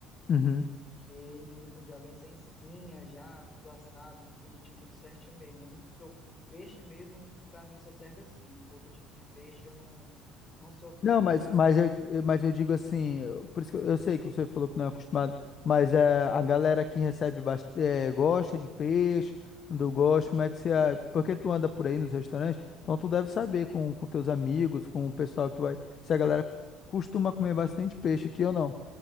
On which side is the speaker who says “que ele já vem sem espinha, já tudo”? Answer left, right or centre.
Left